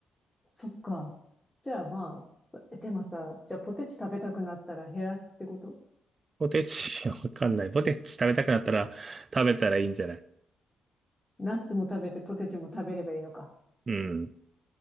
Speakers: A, on the left (about 15°); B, on the right (about 40°).
A: そっか。じゃあまあ、そえでもさ、じゃあポテチ食べたくなったら減らすってこと
B: ポテチ、<laughs> わかんない。ポテチ食べたくなったら食べたらいいんじゃない
A: ナッツも食べてポテチも食べればいいのか。
B: うん。